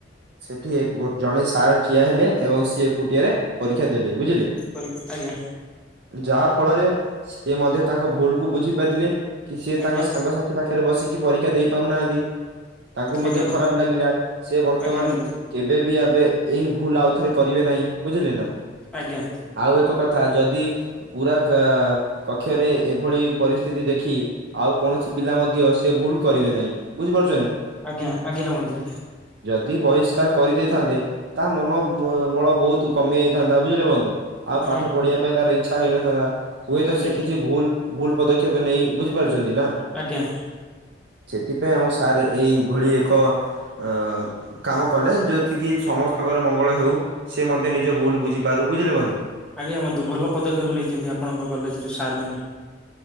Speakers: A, on the right; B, in the centre.
A: ସେଠି ଏକ ଜଣେ ସାର୍ ଠିଆ ହେଲେ ଏବଂ ସିଏ ଏକୁଟିଆରେ ପରୀକ୍ଷା ଦେଲେ। ବୁଝିଲେ
B: କରିକି ଆଜ୍ଞା।
A: ଯାହା ଫଳରେ ସିଏ ମଧ୍ୟ ତାଙ୍କ ଭୁଲ କୁ ବୁଝି ପାରିଲେ କିଛି ତାଙ୍କ
B: ଆଜ୍ଞା
A: ସାଙ୍ଗସାଥି ପାଖରେ ବସିକି ପରୀକ୍ଷା ଦେଇ ପାରୁନାହାନ୍ତି ତାଙ୍କୁ ମଧ୍ୟ
B: ଆଜ୍ଞା
A: ଖରାପ ଲାଗିଲା ସେ ବର୍ତ୍ତମାନ
B: ଆଜ୍ଞା ବନ୍ଧୁ
A: କେବେବି ଏବେ ଏଇ ଭୁଲ ଆଉ ଥରେ କରିବେ ନାହିଁ ବୁଝିଲେ ନା
B: ଆଜ୍ଞା
A: ଆଉ ଏକ କଥା ଥା ଯଦି ପୁରା କକ୍ଷରେ ଏଭଳି ପରିସ୍ଥିତି ଦେଖି ଆଉ କୌଣସି ପିଲା ମଧ୍ୟ ସେ ଭୁଲ କରିବେ ନାହିଁ ବୁଝିପାରୁ
B: ଆଜ୍ଞା ଆଜ୍ଞା ବନ୍ଧୁ।
A: ଯଦି ବହିଷ୍କାର କରିଦେଇଥାନ୍ତେ ତା ମନ ବଳ ବହୁତ କମି ଯାଇଥାନ୍ତା ବୁଝିଲେ ବନ୍ଧୁ। ଆଉ
B: ଆଜ୍ଞା
A: ପାଠ ପଢିବା ପାଇଁ ତାର ଇଚ୍ଛା ହେଇନଥାନ୍ତା ହୁଏତ
B: ଆଜ୍ଞା
A: ସେ କିଛି ଭୁଲ ଭୁଲ ପଦ କେବେ ନେଇ ବୁଝିପାରୁଛନ୍ତି ନା
B: ଆଜ୍ଞା
A: ସେଥିପାଇଁ ଆମ ସାର୍ ଏଇଭଳି ଏକ ଅ କାମ କଲେ ଯେଉଁଠି କିି ସମସ୍ତଙ୍କର ମଙ୍ଗଳ ହେଉ ସେ ମଧ୍ୟ ନିଜ
B: ଭଲ
A: ଭୁଲ ବୁଝିପାରୁ ବୁଝିଲେ ବନ୍ଧୁ?
B: ଆଜ୍ଞା ବନ୍ଧୁ ଭଲ ପଦକ୍ଷେପ ନେଇଛନ୍ତି ଆପଣଙ୍କ କଲେଜରେ ସାରମାନେ